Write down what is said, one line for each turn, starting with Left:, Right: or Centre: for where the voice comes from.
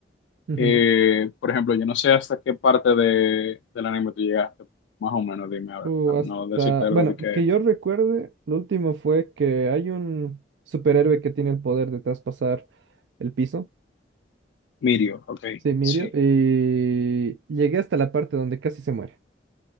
Right: ujú.
Left: Eh, por ejemplo, yo no sé hasta qué parte de, del anime tú llegaste, más o menos, dime, a
Right: O
Left: ver, para
Right: hasta,
Left: no decirte algo
Right: bueno,
Left: de que
Right: que yo recuerde, lo último fue que hay un superhéroe que tiene el poder de traspasar el piso,
Left: Mirio, ok,
Right: sí, Mirio,
Left: sí.
Right: y llegué hasta la parte donde casi se muere.